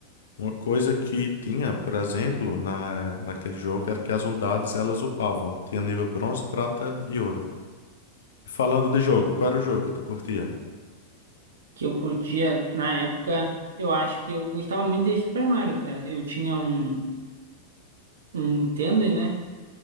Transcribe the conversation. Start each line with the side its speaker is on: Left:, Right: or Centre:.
Left: Uma coisa que tinha, por exemplo, na, naquele jogo era que as unidades elas upavam. Tinha nível bronze, prata e ouro. Falando de jogo, qual era o jogo que tu curtia?
Right: Que eu curtia na época, eu acho que eu gostava muito de Super Mario, cara. Eu tinha um, um Nintendo, né?